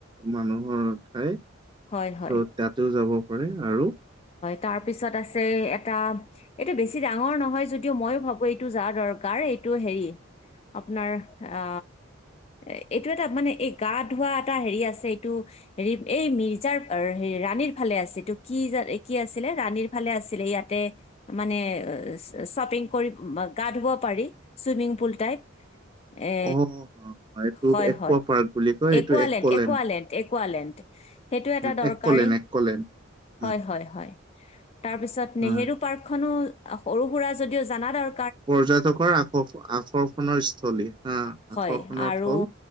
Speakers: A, on the right (about 20°); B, on the left (about 30°).
A: মানুহৰ ঠাই
B: হয়, হয়।
A: চ' তাতেও যাব পাৰে আৰু
B: তাৰ পিছত আছে এটা এইটো বেছি ডাঙৰ নহয় যদিও ময়ো ভাবো এইটো যাৰ দৰকাৰ এই এইটো হেৰি আপোনাৰ আ এ এইটো এটা মানে এই গা ধোৱা এটা হেৰি আছে এইটো হেৰি এই মিৰ্জাৰ হেৰি ৰাণীৰ ফালে আছে এইটো কি কি আছিলে ৰাণীৰ ফালে আছিলে ইয়াতে মানে শ্বপিং কৰি গা ধুব পাৰি চুইমিং পুল টাইপ। এ
A: অ', এইটো
B: হয়
A: একোৱা
B: হয়
A: পাৰ্ক বুলি কয় এইটো
B: একুৱালেণ্ড
A: একলেণ্ড
B: একুৱালেণ্ড একুৱালেণ্ড সেইটো এটা দৰকাৰী
A: একলে নেকলেণ্ড।
B: হয়, হয়, হয়, তাৰপিছত
A: হয়।
B: নেহেৰু পাৰ্কখননো সৰু সুৰা যদিও জানা দৰ
A: পৰ্যটকৰ আ, আকৰ্ষণৰ স্থলী আকৰ্ষণৰ
B: হয়, আৰু
A: থল